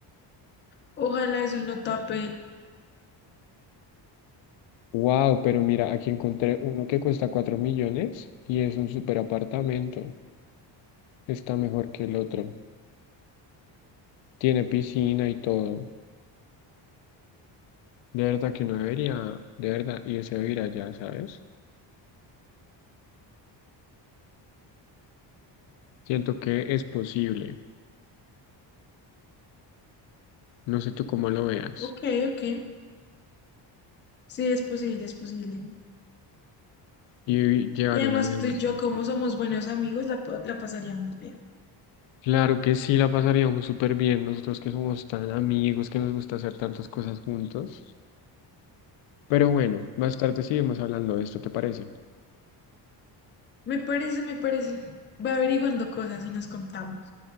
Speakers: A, on the left; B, on the left.
A: <laughs> Ojalá eso no tape.
B: Wow, pero mira, aquí encontré uno que cuesta 4 millones y es un super apartamento. Está mejor que el otro. Tiene piscina y todo. De verdad que uno debería, de verdad, irse a vivir allá, ¿sabes? Siento que es posible. No sé tú cómo lo veas.
A: Ok, ok. Sí, es posible, es posible.
B: Y llevar
A: Y además
B: una vida
A: tú
B: más
A: y yo,
B: tranquila.
A: como somos buenos amigos, la, pa- la pasaríamos bien.
B: Claro que sí, la pasaríamos súper bien nosotros que somos tan amigos, que nos gusta hacer tantas cosas juntos. Pero bueno, más tarde seguimos hablando de esto, ¿te parece?
A: Me parece, me parece. Va averiguando cosas y nos contamos.